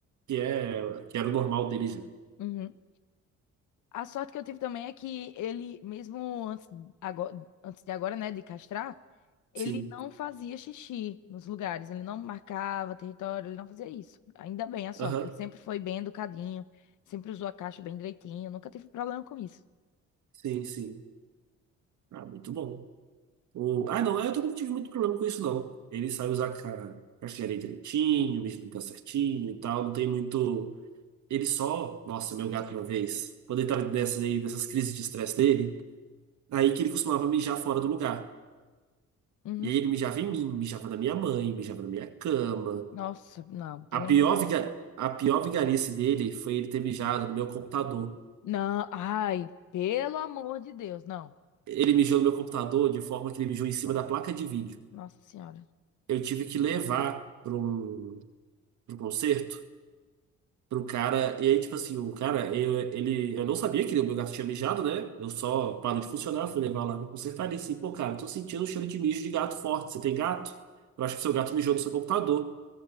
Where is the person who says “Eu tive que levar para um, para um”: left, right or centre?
Right